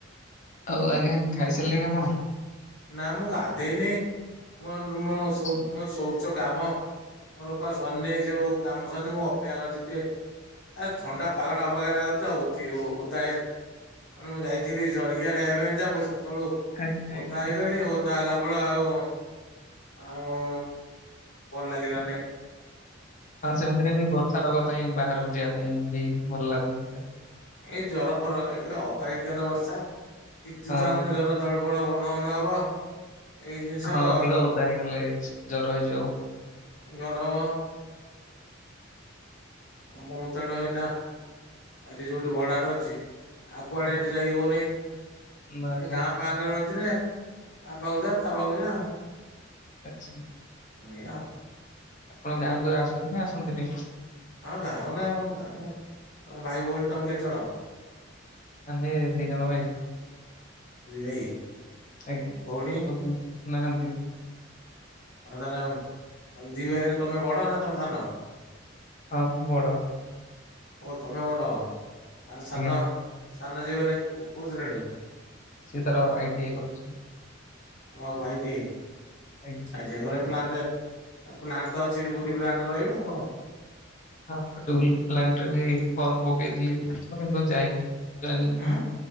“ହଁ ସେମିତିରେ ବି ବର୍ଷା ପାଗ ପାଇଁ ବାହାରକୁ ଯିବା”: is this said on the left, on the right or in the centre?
Left